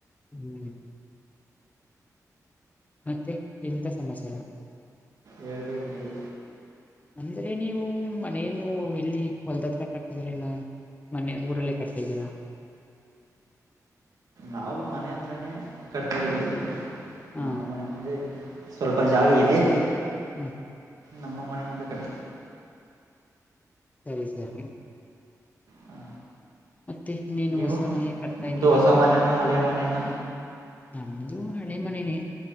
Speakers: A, on the left (about 25°); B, on the right (about 75°).
A: ಹ್ಮ್ ಮತ್ತೆ ಎಂತ ಸಮಚರ
B: ಹೇಳ್ಬೇಕು ನೀವ್
A: ಅಂದ್ರೆ ನೀವು ಮನೆಯನು ಎಲ್ಲಿ ಹೊಲದ ಹತ್ರ ಕಟ್ತಿದ್ರಲ್ಲ ಮನೆೆ ಊರಲ್ಲೇ ಕಟ್ತಾಇದಿರಾ
B: ನಾವು ಮನೆ ಹತ್ರನೇ ಕಟ್ತಾ ಇರೋದು
A: ಹಾ
B: ನಮ್ಮ ಮನೆ ಮುಂದೆ ಇ ಸ್ವಲ್ಪ ಜಾಗ ಇದೆ
A: ಹ್ಮ್ ಹ್ಮ್
B: ನಮ್ಮ ಮನೆ ಮುಂದೆ ಕಂ
A: ಸರಿ ಸರಿ
B: ಹಾ
A: ಮತ್ತೆ ಇನ್ನೇನು
B: ನೀವು
A: ಹೊಸ ಮನೆ ಕಟ್ತಾ
B: ನಿಮ್ದು
A: ಇದ್ದೀರಾ
B: ಹೊಸ ಮನೆನಾ ಹಳೆ ಮನೇನ
A: ನಮ್ದು ಹಳೆ ಮನೆನೆೇ